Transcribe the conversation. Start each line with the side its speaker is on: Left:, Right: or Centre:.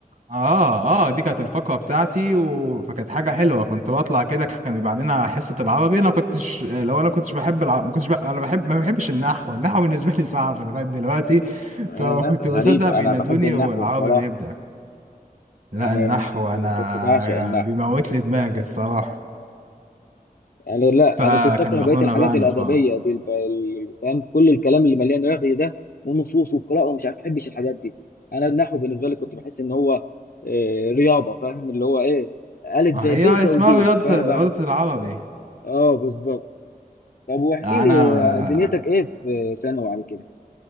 Right: اه اه دي كانت الفقره بتاعتي و... فكانت حاجه حلوه كنت بطلع كده كان يبقى عندنا حصه العربي انا كنتش لو انا كنتش بحب الع... ما كنتش ب... انا بحب ما بحبش النحو النحو بالنسبه لي صعب لغايه دلوقتي
Left: آه،
Right: فما كنت
Left: غريبه
Right: بصدق بينادوني
Left: انا بحب النحو
Right: والعربي
Left: بصراحه
Right: بيبدا لا
Left: انا
Right: النحو انا
Left: كنت بعشق النحو
Right: بيموت لي دماغي الصراحه
Left: انا لا
Right: فكانوا
Left: انا كنت اكره
Right: بياخدونا
Left: بقيه الحاجات
Right: بقى ان
Left: الادبيه
Right: اسمها
Left: دي الب- ال- فاهم كل الكلام اللي مليان رغي ده ونصوص والقراءه ومش عارف احبش الحاجات دي انا النحو بالنسبه لي كنت بحس ان هو آه، رياضه فاهم اللي هو ايه الف
Right: اه
Left: زائد
Right: هي
Left: ب يساوي
Right: اسمها
Left: جيم
Right: رياضه
Left: فانا
Right: رياضه
Left: بقى
Right: العربي
Left: اه بالظبط طب واحكي
Right: <laughs> انا
Left: لي دنيتك ايه في ثانوي على كده